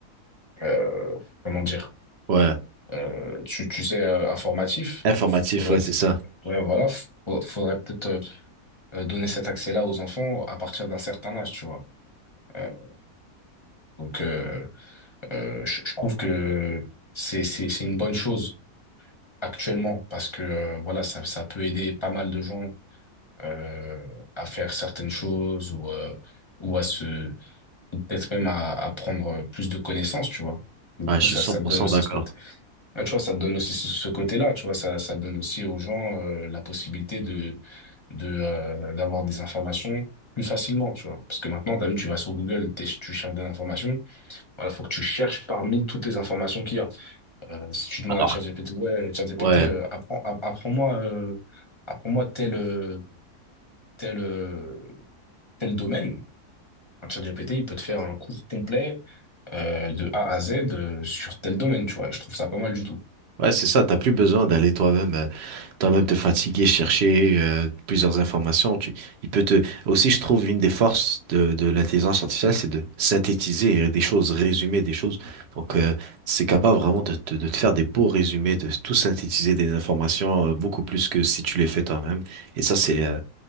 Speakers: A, on the left (about 30°); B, on the right (about 70°).
A: euh, comment dire
B: Ouais,
A: Euh, tu, tu sais, euh, informatif,
B: informatif,
A: faudrait,
B: ouais,
A: peut-
B: c'est ça.
A: ouais, voilà, faut- faudrait peut-être euh, donner cet accès-là aux enfants à partir d'un certain âge, tu vois. Euh, donc, euh, euh, je je trouve que c'est, c'est, c'est une bonne chose actuellement parce que, euh, voilà, ça, ça peut aider pas mal de gens euh, à faire certaines choses ou, euh, ou à se, ou peut-être même à, à prendre plus de connaissances, tu vois. Et du
B: Ouais,
A: coup,
B: je
A: ça,
B: suis cent
A: ça
B: pour
A: te donne
B: cent
A: aussi
B: d'accord.
A: ce côté. Ah, tu vois, ça te donne aussi ce, ce côté-là, tu vois, ça, ça donne aussi aux gens euh, la possibilité de, de, euh, d'avoir des informations plus facilement, tu vois. Parce que maintenant, tu as vu, tu vas sur Google, t'es- tu cherches des informations, voilà, faut que tu cherches parmi toutes les informations qu'il y a. Euh, si tu demandes
B: Alors,
A: à ChatGPT, ouais, ChatGPT,
B: ouais.
A: euh, apprends, app- apprends-moi euh, apprends-moi tel, euh, tel, euh, tel domaine. Un ChatGPT, il peut te faire un cours complet euh, de A à Z euh, sur tel domaine, tu vois. Et Je trouve ça pas mal du tout.
B: Ouais, c'est ça, t'as plus besoin d'aller toi-même euh, toi-même te fatiguer, chercher euh, plusieurs informations. Tu, il peut te aussi, je trouve, une des forces de, de l'intelligence artificielle, c'est de synthétiser des choses, résumer des choses. Donc, euh, c'est capable vraiment de, te- de te faire des beaux résumés, de tout synthétiser des informations euh, beaucoup plus que si tu les fais toi-même. Et ça, c'est euh,